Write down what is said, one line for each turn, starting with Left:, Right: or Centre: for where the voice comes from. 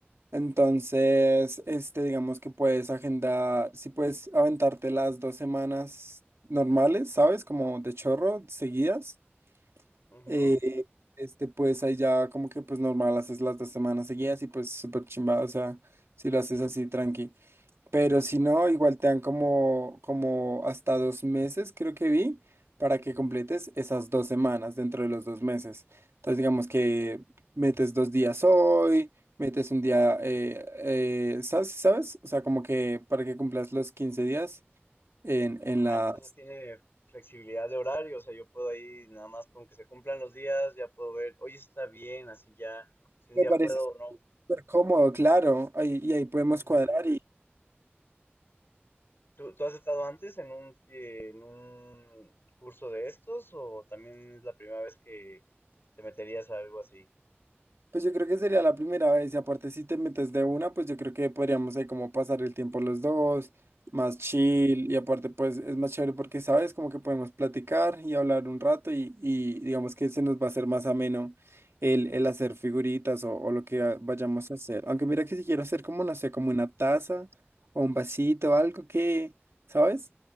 Right: Entonces, este, digamos que puedes agendar, si puedes aventarte las dos semanas normales, ¿sabes? Como de chorro, seguidas.
Left: Ujú.
Right: eh, este, pues ahí ya como que pues normal haces las dos semanas seguidas y pues súper chimba, o sea, si lo haces así tranqui. Pero si no, igual te dan como, como hasta dos meses, creo que vi, para que completes esas dos semanas dentro de los dos meses. Entonces, digamos que metes dos días hoy, metes un día, eh, eh, ¿sabes? ¿Sabes? O sea, como que para que cumplas los 15 días en,
Left: Ah,
Right: en la...
Left: entonces tiene flexibilidad de horario, o sea, yo puedo ahí nada más con que se cumplan los días, ya puedo ver, hoy está bien, así ya, si un
Right: Me
Left: día
Right: parece
Left: puedo o no.
Right: súper cómodo, claro. Ahí, y ahí podemos
Left: Ujú.
Right: cuadrar
Left: ¿Tú, tú has estado antes en un, eh, en un curso de estos o también es la primera vez que te meterías a algo así?
Right: Pues yo creo que sería la primera vez y aparte si te metes de una, pues yo creo que podríamos ahí como pasar el tiempo los dos, más chill y aparte pues es más chévere porque sabes como que podemos platicar y hablar un rato y, y digamos que se nos va a hacer más ameno el, el hacer figuritas o, o lo que a- vayamos a hacer. Aunque mira que si quiero hacer como, no sé, como una taza o un vasito, algo que, ¿sabes?